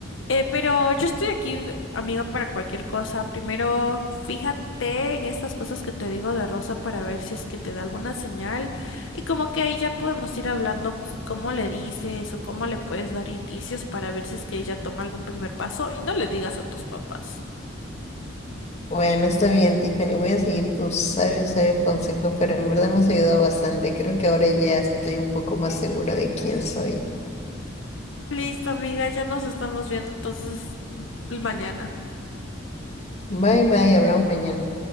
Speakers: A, on the left; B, on the left.
A: Eh, pero yo estoy aquí, amiga, para cualquier cosa. Primero, fíjate en estas cosas que te digo de Rosa para ver si es que te da alguna señal. Y como que ahí ya podemos ir hablando c- cómo le dices o cómo le puedes dar indicios para ver si es que ella toma algún primer paso y no le digas a tus papás.
B: Bueno, está bien, Tiffany. Voy a seguir tus sabios, sabios consejos, pero en verdad me has ayudado bastante. Creo que ahora ya estoy un poco más segura de quién soy.
A: Listo, amiga, ya nos estamos viendo entonces m- mañana.
B: Bye bye, hablamos mañana.